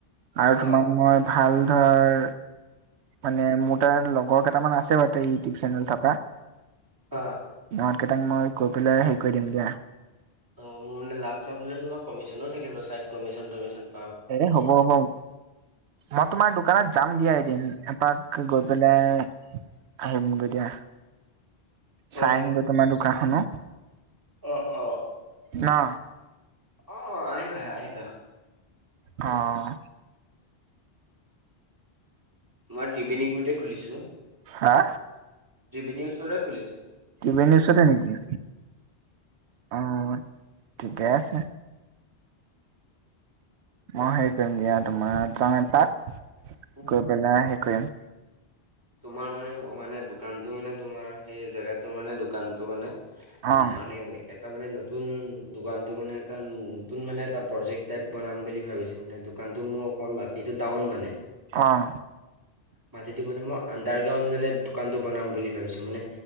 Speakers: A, on the right (about 85°); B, on the right (about 20°).
A: আৰু
B: অ
A: তোমাক মই ভাল ধৰ মানে, মোৰ তাত লগৰ কেইটামান আছে বাৰু টেই ইউটিউব চেনেল থকা।
B: অ'।
A: সিহঁত কেইটাক মই কৈ পেলাই হেৰি কৰি দিম দিয়া।
B: অঁ, মোৰ মানে লাভ-চাপ হ'লে তোমাৰ কমিচনো থাকিব। চাইড কমিচন-তমিচন।
A: এতিয়া হ'ব বাও। মই তোমাৰ দোকানত যাম দিয়া এদিন। এপাককে গৈ পেলাই আহিমগৈ দিয়া।
B: অ
A: চাই আহিমগৈ তোমাৰ দোকানখনো।
B: অঁ, অঁ।
A: না
B: অঁ, আহিবা আহিবা।
A: অঁ।
B: মই ত্ৰিবেণীগুৰিতে খুলিছোঁ,
A: হা
B: ত্ৰিবেণীৰ ওচৰতে খুলিছোঁ।
A: ত্ৰিবেনীৰ ওচৰতে নেকি? অঁ, হয় ঠিকে আছে। মই হেৰি কৰিম দিয়া তোমাৰ যাম তাত
B: উম।
A: গৈ পেলাই হেৰি কৰিম।
B: তোমাৰ মানে, মই মানে দোকানটো মানে তোমাৰ সেই জেগাটো মানে দোকান টো মানে উম
A: অ
B: মানে এ টা মানে, নতুন দোকানটো মানে এটা নতুন মানে এটা প্ৰজেক্ট টাইপ বনাম বুলি ভাবিছো। মানে দো কানটো মোৰ অকণ মাটিটো ডাউন মানে।
A: অঁ।
B: মাটিটো মানে মোৰ আণ্ডাৰগ্ৰাউণ্ড মানে, দোকানটো বনাম বুলি ভাবিছোঁ। মানে